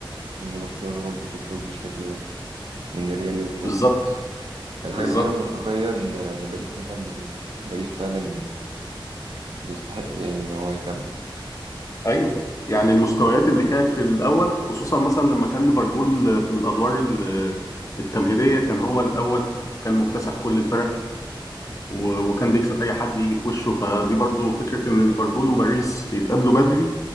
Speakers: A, on the right; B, on the left.
A: وإن برشلونة برضه تخرج بالشكل ده وإن الريال يخرج
B: بالظبط
A: الحاجة
B: بالظبط
A: الوحيدة المنطقية إن إن باريس مكمل يعني باريس فعلا يستحق يعني ان هو يكمل
B: ايوه يعني المستويات اللي كانت في الاول خصوصا مثلا لما كان ليفربول في الادوار ال- التمهيدية كان هو الاول وكان مكتسح كل الفرق و-
A: مم.
B: وكان بيكسب اي حد يجي في وشه فدي برضو فكره ان ليفربول وباريس يتقابلوا بدري